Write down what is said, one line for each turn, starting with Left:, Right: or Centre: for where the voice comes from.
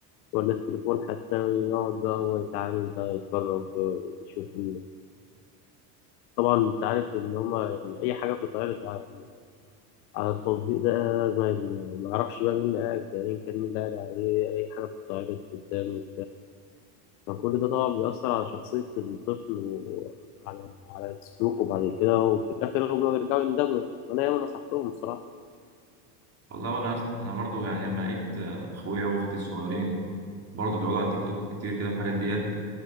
Left: ولا التليفون حتى يقعد بقى هو يتعامل بقى يتفرج يشوف ال- طبعا انت عارف ان هما يعني أي حاجة بتتعرض على على التطبيق ده ما ما يعرفش بقى مين اللي قاعد أيا كان مين اللي قاعد عليه أي حاجة بتتعرض قدامه فكل ده طبعا بيأثر على شخصية الطفل وعلى على سلوكه بعد كده وفي الآخر هما بيرجعوا يندموا يعني أنا ياما نصحتهم الصراحة
Right: والله وانا أصلاً- انا برضو يعني لما لقيت آه، اخويا واختي الصغيرين برضه بيقعدوا على التيك توك كتير كده والحاجات ديت